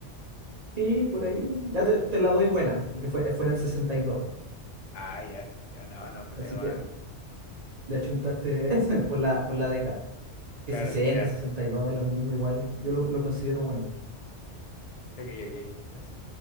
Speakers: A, on the right; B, on the left.
A: Sí, por ahí. Ya te, te la doy buena, porque fue, fue en el sesenta y dos
B: Ah, ya, ya no, no me
A: Así
B: le
A: que
B: va.
A: le achuntaste <laughs> por la, por la década. Que
B: Claro,
A: sesenta
B: ya.
A: sesenta
B: <laughs>
A: y dos es lo mismo, igual. Yo lo, lo considero bueno.
B: Ok, ok.
A: así